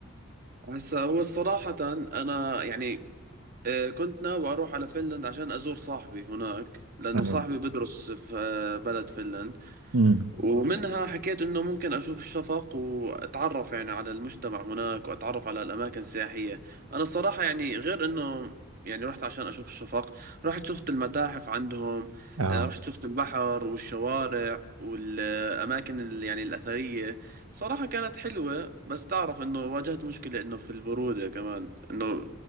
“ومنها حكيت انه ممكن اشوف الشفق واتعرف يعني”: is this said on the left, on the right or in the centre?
Right